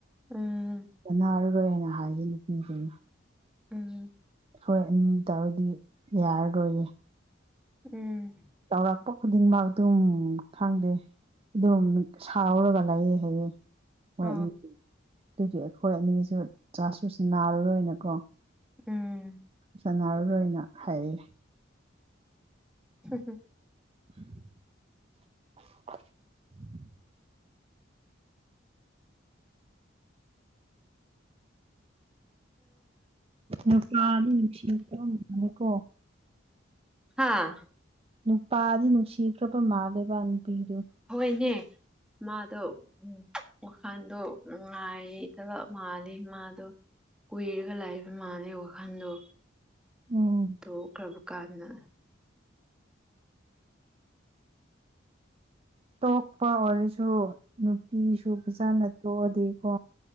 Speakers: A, in the centre; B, on the right.
A: ꯎꯝ
B: ꯅꯥꯔꯔꯣꯏꯅ ꯍꯥꯏꯁ ꯅꯨꯄꯤꯁꯤꯅ
A: ꯎꯝꯝ
B: ꯍꯣꯏ ꯑꯅꯤ ꯇꯥꯔꯗꯤ ꯌꯥꯔꯔꯣꯏꯌꯦ
A: ꯎꯝ
B: ꯆꯥꯎꯧꯔꯛꯄ ꯈꯨꯗꯤꯡꯃꯛ ꯑꯗꯨꯝ ꯈꯪꯗꯦ ꯑꯗꯨꯝ ꯁꯥꯎꯔꯒ ꯂꯑꯦ ꯍꯥꯏꯑꯦ ꯃꯣꯏ
A: ꯑ
B: ꯑꯅꯤ ꯑꯗꯨꯒꯤ ꯑꯩꯈꯣꯏ ꯑꯅꯤꯁꯨ ꯆꯥ ꯆꯁ ꯅꯥꯔꯨꯔꯣꯏꯅꯀꯣ
A: ꯎꯝ
B: ꯁꯥꯟꯅꯔꯔꯣꯏꯅ ꯍꯥꯏꯔꯛ
A: ꯍ ꯍ
B: ꯎ ꯍꯄꯥ ꯑꯗꯨꯅꯤꯀꯣ
A: ꯍꯥꯥ
B: ꯅꯨꯄꯥꯗꯤ ꯅꯨꯡꯁꯤꯈ꯭ꯔꯕ ꯃꯥꯜꯂꯦꯕ ꯅꯨꯄꯤꯗꯨ
A: ꯍꯣꯏꯅꯦ ꯃꯥꯗꯣ ꯎꯝ ꯋꯥꯈꯜꯗꯣ ꯉꯉꯥꯏꯇꯕ ꯃꯥꯜꯂꯤꯦ ꯃꯥꯗꯣ ꯀꯨꯏꯔꯒ ꯂꯥꯛꯏꯕ ꯃꯥꯅꯩ ꯋꯥꯈꯜꯗꯣ
B: ꯎꯝ
A: ꯇꯣꯛꯈ꯭ꯔꯕ ꯀꯥꯟꯗ
B: ꯇꯣꯛꯄ ꯑꯣꯏꯔꯁꯨ ꯅꯨꯄꯤꯁꯨ ꯐꯖꯥꯅ ꯇꯣꯛꯑꯗꯤꯀꯣ